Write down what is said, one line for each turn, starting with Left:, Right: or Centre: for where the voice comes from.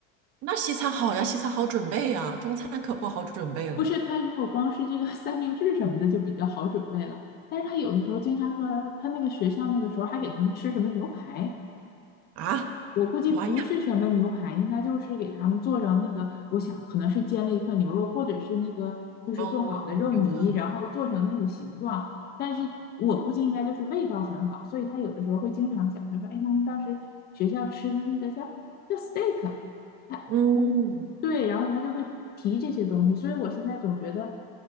Right: 那西餐好呀，西餐好准备呀，中餐可不好准备了
Left: 不是，他如果光是这个三明治什么的就比较好准备了，但是他有的时候经常说，他那个学校那个时候还给他们吃什么牛排，
Right: 啊。
Left: 我估计不是什么牛排，
Right: 玩呀，
Left: 应该就是给他们做成那个，我想可能是煎了一块牛肉，或者是那个就是做好的肉泥，
Right: 哦，有可能。
Left: 然后做成那个形状。但是我估计应该就是味道很好，所以他有的时候会经常讲，他说：“哎，妈妈当时学校吃的那个叫叫 steak，他
Right: 嗯，
Left: 对，然后他就会提这些东西。所以我现在总觉得